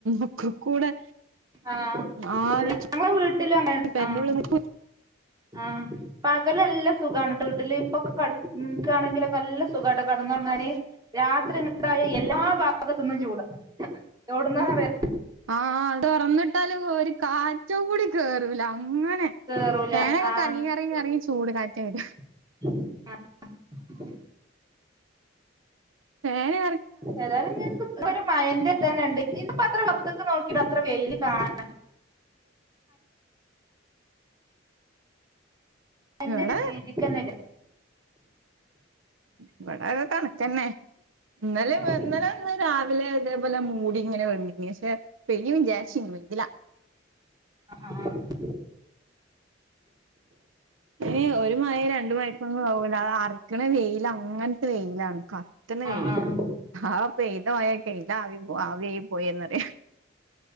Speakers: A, on the right (about 85°); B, on the right (about 20°).
A: ഒക്കും കൂടെ
B: ആഹ്
A: ആവി
B: ഉള്ള് ഞങ്ങളെ വീട്ടിലും അങ്ങനെ
A: പെരന്റുള്ളിൽ
B: ആഹ്
A: നിക്കു
B: ആഹ് പ വലെല്ലം സുഗാണ് ട്ടോ ട്ട്ല് പ്പം കടക്കാണെങ്കിലൊക്കെല്ല സുഖട്ടോ കടന്നൊർങ്ങാന് രാത്രിണ്ടായ എല്ലാ ഭാഗത്തൊന്നും ചൂട യൊട് ന്നാ അറിയ
A: ആഹ അടൊർന്ന്ട്ടാല് ഓര് കാറ്റും കൂടി കേറൂല അങ്ങനെ
B: കേറൂല
A: ഫേനൊക്കെ
B: ആ
A: കറങ്ങി കറങ്ങി കറങ്ങി ചൂട് കാറ്റ എര ഹ
B: ആഹ
A: പേന
B: ഏതാലും <unintelligible> ഒര് മഴന്റെ ഇതന്നെണ്ട് ഇന്ന്പ്പോ അത്ര വർത്തക്ക നോക്കിട്ട് അത്ര വെയില് കാണാ എന്തരു
A: ഇവിടെ
B: രീതിക്കന്നെത്
A: ഇവിടെത് കണക്കന്നെ ഇന്നലെവന്ന്
B: ആ
A: ഇന്നലന്ന് രാവിലെ ഇതേപോലെ മൂടിങ്ങനെ വന്നീനി പക്ഷെ പെയ്യും വിചാര്ച്ന്ന് ഇല
B: ആഹ്
A: ഈ ഒരു മയ രണ്ട് മയക്കൊന്നും പോകൂല അ അറക്കണ വെയില അങ്ങനത്തെ വെയിലാണ് ക കത്തണ
B: ആഹ്
A: വെയിലാ
B: ആഹ്
A: ആ പെയ്യ്ത മയ പെയ്യ്ത ആവി ആവിയായി പോയിന്നറിയാ